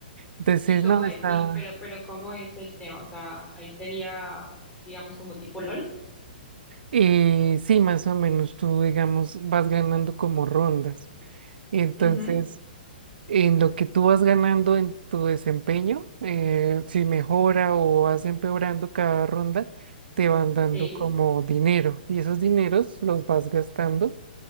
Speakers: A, on the right; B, on the left.
A: Entonces,
B: ¿Y cómo
A: no,
B: es?
A: está,
B: Y pero, pero ¿cómo es el tema? O sea, ahí sería, digamos, como tipo LOL.
A: eh, sí, más o menos tú, digamos, vas ganando como rondas. Y entonces,
B: Ujú,
A: en lo que tú vas ganando en tu desempeño, eh, si mejora o vas empeorando cada ronda, te van dando
B: Sí.
A: como dinero. Y esos dineros los vas gastando